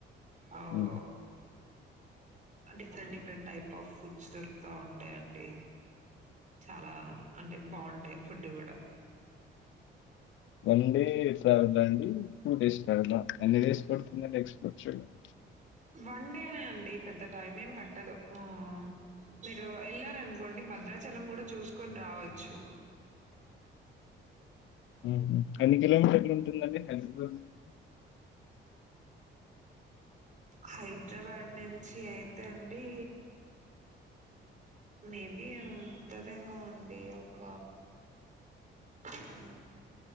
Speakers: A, on the right; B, on the left.
A: అవ్
B: హ్మ్.
A: Different different type of foods దొరుకుతా ఉంటాయండి చాలా అంటే బాగుంటాయి ఫుడ్ కూడా
B: వన్డే చాలాదా అండి టూ డేస్ పడ్తదా ఎన్ని డేస్ పడుతుందండి ఎక్స్ప్లోర్ చేయడకి
A: వన్డే నే అండి పెద్ద టైం ఏం పట్టదు ఆ మీరు వెళ్లారు ఆనుకోండి భద్రాచలం కూడా చూసుకొని రావచ్చు
B: ఉహు ఎన్ని కిలోమీటర్లు ఉంటుందండి హైదరాబాద్ నుండి
A: హైదరాబాద్ నుంచి అయితే అండి మేబి ఉంటందేమో అండి ఒక ఆ